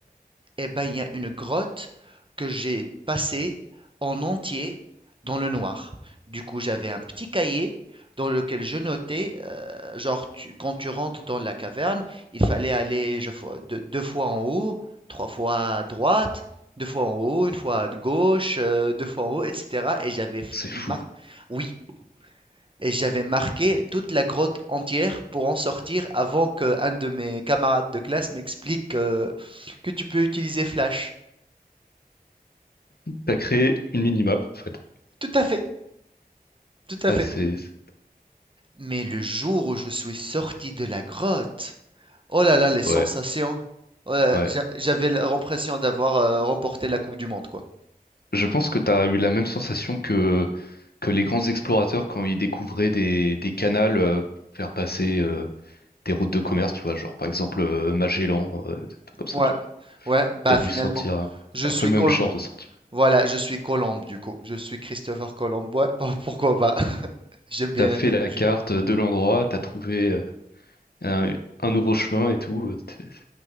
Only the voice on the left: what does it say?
C'est fou.
T'as créé une minimap, en fait.
Ah,
c'est... c'est-
Ouais,
ouais.
Je pense que t'as eu la même sensation que, que les grands explorateurs quand ils découvraient des, des canals euh, pour faire passer euh, des routes de commerce, tu vois, genre par exemple euh, Magellan, euh, des trucs comme ça,
tu vois.
T'as dû
sentir un
un peu le
même genre de sentiment.
T'as fait
la carte de l'endroit, t'as trouvé euh, un, un nouveau chemin et tout. euh, t'es-